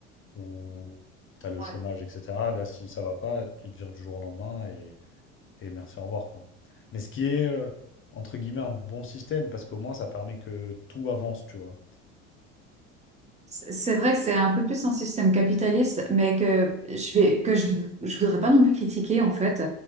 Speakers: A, on the left; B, on the right.
A: où tu as le
B: ouais.
A: chômage, etc. Là, si ça va pas, tu te vires du jour au lendemain et, et merci, au revoir, quoi. Mais ce qui est, euh, entre guillemets, un bon système, parce qu'au moins, ça permet que tout avance, tu vois.
B: C'est c'est vrai que c'est un peu plus un système capitaliste, mais que je vais, que je, je voudrais pas non plus critiquer, en fait.